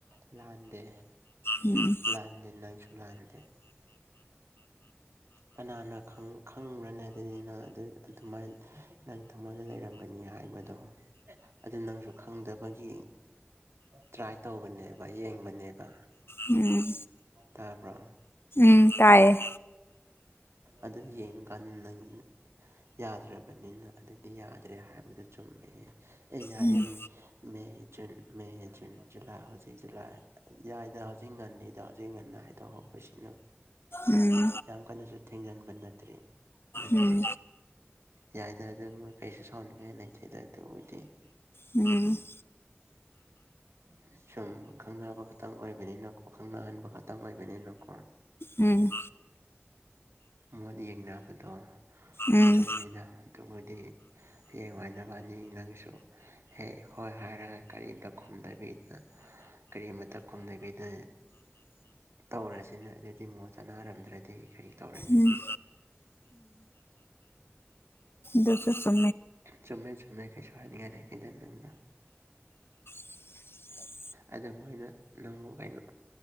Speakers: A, on the right; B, on the left.
A: ꯂꯥꯟꯗꯦ
B: ꯎꯝ ꯎꯝ
A: ꯂꯥꯟꯗꯦ ꯅꯪꯁꯨ ꯂꯥꯟꯗꯦ ꯀꯅꯥꯅ ꯈꯪ ꯈꯪꯕ꯭ꯔꯅꯦ ꯑꯗꯨꯗꯤ ꯅꯪ ꯑꯗꯨ ꯑꯗꯨꯃꯥꯏ ꯅꯪ ꯊꯃꯣꯏꯅ ꯂꯩꯔꯝꯒꯅꯤ ꯍꯥꯏꯕꯗꯣ ꯑꯗꯨ ꯅꯪꯁꯨ ꯈꯪꯗꯕꯒꯤ ꯇ꯭ꯔꯥꯏ ꯇꯧꯕꯅꯦꯕ ꯌꯦꯡꯕꯅꯦꯕ
B: ꯎꯝ
A: ꯇꯥꯕ꯭ꯔꯣ
B: ꯎꯝ ꯇꯥꯏꯌꯦ
A: ꯑꯗꯨ ꯌꯦꯡꯀꯥꯟ ꯅꯪ ꯌꯥꯗ꯭ꯔꯕꯅꯤꯅ ꯑꯗꯨꯗꯤ ꯌꯥꯗ꯭ꯔꯦ ꯍꯥꯏꯕꯗꯨ ꯆꯨꯝꯃꯦ ꯑꯦ ꯌꯥꯏꯌꯦ
B: ꯎꯝ
A: May June May June July ꯍꯧꯖꯤꯛ ꯖꯨꯂꯥꯏ ꯌꯥꯏꯗ ꯍꯧꯖꯤꯛ ꯉꯟꯅꯤ ꯗꯣ ꯍꯧꯖꯤꯛ ꯉꯟꯅ ꯍꯥꯏꯗꯣꯛꯍꯧꯕꯁꯤꯅ
B: ꯎꯝ
A: ꯀꯅꯁꯨ ꯊꯦꯡꯖꯤꯟꯕ ꯅꯠꯇ꯭ꯦ ꯅꯠꯇꯦ
B: ꯎꯝ
A: ꯌꯥꯏꯗꯗ ꯃꯣꯏ ꯀꯩꯁꯨ ꯁꯥꯎꯅꯤꯡꯉꯗ ꯍꯧꯗꯤ
B: ꯎꯝ <inaudible>
A: ꯑ ꯁꯨꯝ ꯈꯪꯅꯕ ꯈꯛꯇꯪ ꯑꯣꯏꯕꯅꯤꯅꯀꯣ ꯈꯪꯅꯍꯟꯕ ꯈꯛꯇꯪ ꯑꯣꯏꯕꯅꯤꯅꯀꯣ
B: ꯎꯝ
A: ꯃꯣꯠ ꯌꯦꯡꯅꯕꯗꯣ
B: ꯎꯝ
A: ꯆꯨꯝꯃꯤꯅ ꯑꯗꯨꯕꯨꯗꯤ ꯍꯌꯦꯡ ꯍꯥꯏꯥꯏꯅꯕꯅꯤ ꯅꯪꯁꯨ ꯍ ꯍꯣꯏ ꯍꯥꯏꯔꯒ ꯀꯔꯤꯝꯗ ꯈꯨꯝꯗꯕꯤꯅ ꯀꯔꯤꯃꯇ ꯀꯨꯝꯅꯕꯤꯗ ꯇꯧꯔꯁꯤꯅ ꯑꯗꯨꯗꯤ ꯃꯉꯣ ꯆꯅꯔꯝꯗ꯭ꯔꯗꯤ ꯈꯔꯤ ꯇꯧꯔꯅꯤ
B: ꯎꯝ ꯗꯣꯁꯔ ꯁꯦ
A: ꯆꯨꯝꯃꯦ ꯆꯨꯝꯃꯦ ꯀꯩꯁꯨ ꯍꯥꯏꯅꯤꯡꯉꯥꯏ ꯂꯩꯇꯦꯗ ꯅꯪꯅ
B: <inaudible>
A: ꯑꯗ ꯃꯣꯏꯅ ꯅꯪꯉꯨ ꯀꯩꯅ